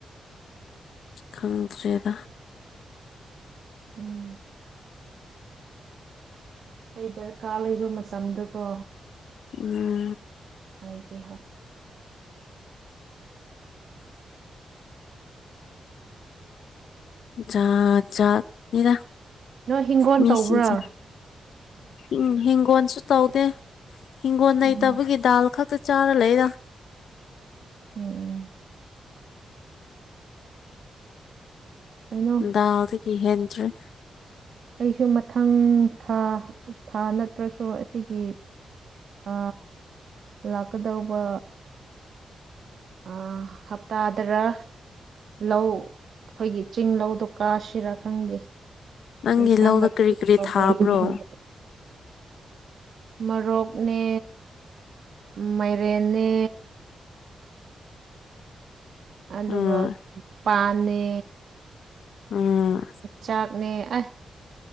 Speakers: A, on the left; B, on the right.
A: ꯈꯪꯗ꯭ꯔꯦꯗ
B: ꯎꯝ ꯑꯩ ꯗꯔꯀꯥꯔ ꯂꯩꯕ ꯃꯇꯝꯗꯀꯣ
A: ꯎꯝ
B: ꯑꯩꯒꯤ ꯍ
A: ꯖꯥ ꯖꯥꯠ ꯅꯤꯗ
B: ꯅꯣꯏ ꯍꯤꯡꯒꯣꯜ
A: ꯃꯤ
B: ꯇꯧꯕ꯭ꯔꯥ
A: ꯁꯤꯡꯁꯦ ꯎꯝ ꯍꯤꯡꯒꯣꯟꯁꯨ ꯇꯧꯗꯦ ꯍꯤꯡꯒꯣꯜ ꯅꯩꯇꯕꯒꯤ
B: ꯎꯝ
A: ꯗꯥꯜ ꯈꯛꯇ ꯆꯥꯔ ꯂꯩꯗꯥ
B: ꯎꯝ ꯀꯩꯅꯣ
A: ꯗꯥꯜꯗꯒꯤ ꯍꯦꯟꯇ꯭ꯔꯦ
B: ꯑꯩꯁꯨ ꯃꯊꯪ ꯊꯥ ꯊꯥ ꯅꯠꯇ꯭ꯔꯁꯨ ꯑꯁꯤꯒꯤ ꯑ ꯂꯥꯛꯀꯗꯧꯕ ꯑ ꯍꯞꯇꯥꯗꯔ ꯂꯧ ꯑꯩꯈꯣꯏꯒꯤ ꯆꯤꯡ ꯂꯧꯗꯣ ꯀꯥꯁꯤꯔꯥ ꯈꯪꯗꯦ <inaudible>
A: ꯅꯪꯒꯤ ꯂꯧꯗ ꯀꯔꯤ ꯀꯔꯤ ꯊꯥꯕ꯭ꯔꯣ
B: ꯃꯔꯣꯛꯅꯦ ꯃꯥꯏꯔꯦꯅꯦ ꯑꯗꯨꯒ
A: ꯎꯝ
B: ꯄꯥꯟꯅꯦ
A: ꯎꯝ
B: ꯆꯥꯛꯅꯦ ꯑ